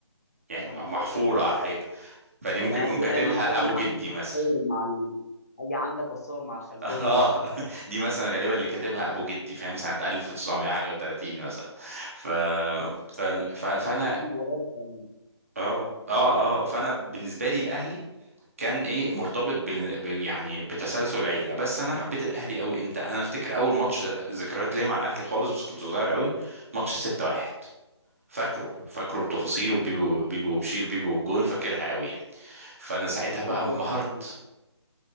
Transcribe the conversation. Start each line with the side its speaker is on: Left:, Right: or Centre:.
Right: يعني
Left: يا
Right: محفورة
Left: نهار أبيض ده
Right: على الحيطة فدي ممكن
Left: أنا
Right: يكون
Left: أجي
Right: كاتبها
Left: أجي أجي
Right: ابو جدي
Left: عندك
Right: مثلا
Left: أتصور مع ال... أجي عندك أتصور مع الخلفية
Right: اه
Left: دي
Right: <laughs> دي مثلا غالبا اللي كاتبها ابو جدي فاهم سنة 1900 حاجة و30 مثلا ف... ف... ف... فانا
Left: أهلي وراك كمان.
Right: اه اه اه فانا بالنسبة لي الاهلي كان ايه مرتبط بال... ب... يعني بتسلسل العيلة بس انا حبيت الاهلي قوي امتى انا افتكر اول ماتش ذكريات ليا مع الاهلي خالص بس كنت صغير قوي ماتش 6-1 فاكره فاكره بتفاصيله بيبو بيبو وبشير بيبو والجون فاكرها قوي يعني فانا ساعتها
Left: أنت جميل
Right: بقى انبهرت
Left: جدا